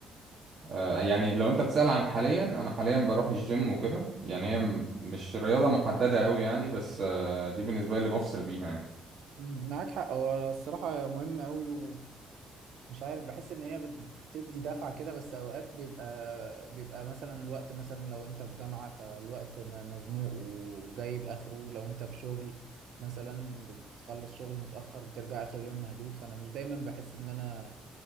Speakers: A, on the right; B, on the right.
A: آه، يعني لو أنت بتسأل عن حاليا أنا حاليا بروح الجيم وكده يعني هي م- مش رياضة محددة أوي يعني بس آه، دي بالنسبة لي اللي بفصل بيها يعني
B: مم، معاك حق هو الصراحة مهمة قوي ومش عارف بحس ان هي بت- بتدي دفعة كده بس اوقات بيبقى بيبقى مثلا الوقت مثلا لو انت في جامعة فالوقت م- مزنوق وجايب اخره لو انت في شغل مثلا بتخلص شغل متأخر بترجع اخر اليوم مهدود فانا مش دايما بحس ان انا